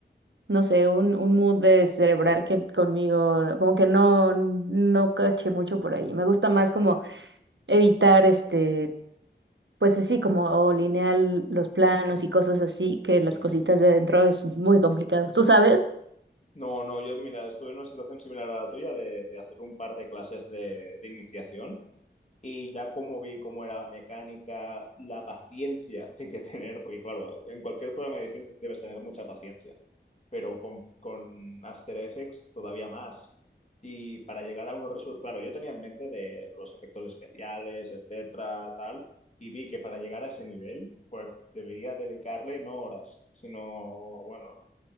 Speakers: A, on the right; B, on the left.
A: no sé, un, un mood de cerebral que conmigo, como que no, no caché mucho por ahí. Me gusta más como editar este, pues así, como o lineal los planos y cosas así, que las
B: sí.
A: cositas de adentro es muy complicado. ¿Tú sabes?
B: No, no, yo, mira, estuve en una situación similar a la tuya de, de hacer un par de clases de, de iniciación Y ya como vi cómo era la mecánica, la paciencia que hay que tener, porque claro, en cualquier programa de edición te- debes tener mucha paciencia, pero con, con After Effects todavía más. Y para llegar a unos resultados, claro, yo tenía en mente de los efectos especiales, etcétera, tal, y vi que para llegar a ese nivel, bueno, debería dedicarle no horas, sino, bueno,